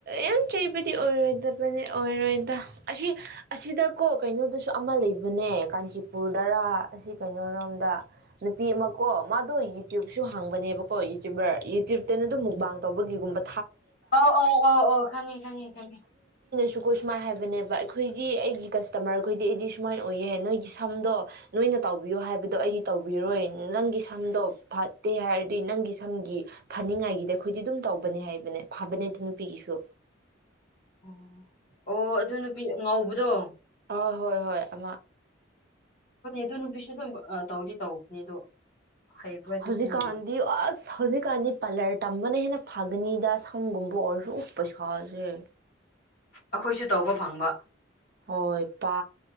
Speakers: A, on the right; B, on the left.
A: ꯌꯥꯝ ꯆꯩꯕꯗꯤ ꯑꯣꯏꯔꯣꯏꯗꯕꯅꯦ ꯑꯣꯏꯔꯣꯏꯗ ꯑꯁꯤ ꯑꯁꯤꯗꯀꯣ ꯀꯩꯅꯣꯗꯁꯨ ꯑꯃ ꯂꯩꯕꯅꯦ ꯀꯥꯟꯆꯤꯄꯨꯔꯗꯔꯥ ꯑꯁꯤ ꯀꯩꯅꯣꯔꯣꯝꯗ ꯅꯨꯄꯤ ꯑꯃꯀꯣ ꯃꯥꯗꯣ ꯌꯨꯇ꯭ꯌꯨꯕꯁꯨ ꯍꯥꯡꯕꯅꯦꯕ ꯍꯣꯏ ꯌꯨꯇ꯭ꯌꯕꯔ ꯌꯨꯇꯌꯨꯕꯇꯅ ꯑꯗꯨꯝ ꯃꯛꯕꯥꯡ ꯇꯧꯕꯒꯨꯝꯕ
B: ꯑ ꯑ ꯑ ꯑ ꯈꯪꯉ ꯈꯅꯤꯉ ꯈꯉ
A: ꯁꯨꯀꯣꯏ ꯁꯨꯃꯥꯏꯅ ꯍꯥꯏꯕꯅꯦꯕ ꯑꯩꯈꯣꯏꯗꯤ ꯑꯩꯒꯤ ꯀꯁꯇꯃꯔ ꯈꯣꯏꯗꯤ ꯑꯩꯗꯤ ꯁꯨꯃꯥꯏꯅ ꯑꯣꯏꯌꯦꯦ ꯅꯣꯏꯒꯤ ꯁꯝꯗꯣ ꯅꯣꯏꯅ ꯇꯧꯕꯤꯌꯣ ꯍꯥꯏꯕꯗꯣ ꯑꯩꯗꯤ ꯇꯧꯕꯤꯔꯣꯏ ꯅꯪꯒꯤ ꯁꯝꯗꯣ ꯐꯠꯇꯦ ꯍꯥꯏꯔꯗꯤ ꯅꯪꯒꯤ ꯁꯝꯒꯤ ꯐꯅꯤꯡꯉꯥꯏꯒꯤꯗꯤ ꯑꯩꯈꯣꯏꯗꯤ ꯑꯗꯨꯝ ꯇꯧꯕꯅꯦ ꯍꯥꯏ ꯅꯦ ꯐꯕꯅꯦ ꯑꯗꯨ ꯅꯨꯄꯤꯒꯤꯁꯨ
B: ꯑꯣ ꯑꯣ ꯑꯗꯨ ꯅꯨꯄꯤ ꯉꯧꯕꯗꯣ
A: ꯑ ꯍꯣꯏ ꯍꯣꯏ ꯑ
B: ꯍꯣꯏꯅꯦ ꯑꯗꯨ ꯅꯨꯄꯤꯁꯨ ꯑꯗꯨꯝ ꯇꯧꯗꯤ ꯇꯅꯤ ꯑꯗꯣ ꯍꯩꯕ꯭ꯔꯗꯤ
A: ꯍꯧꯖꯤꯛ
B: ꯈꯪꯗꯦ
A: ꯀꯥꯟꯗꯤ ꯑꯁ ꯍꯧꯖꯤꯛ ꯀꯥꯟꯗꯤ ꯄꯂꯠ ꯇꯝꯕꯅꯦ ꯍꯅ ꯐꯒꯅꯤꯗ ꯁꯝꯒꯨꯝꯕ ꯑꯣꯏꯔꯁꯨ ꯄꯩꯁꯥ <unintelligible>
B: ꯑꯩꯈꯣꯏꯁꯨ ꯇꯧꯕ ꯐꯪꯕ
A: ꯍꯣꯏ ꯄꯥ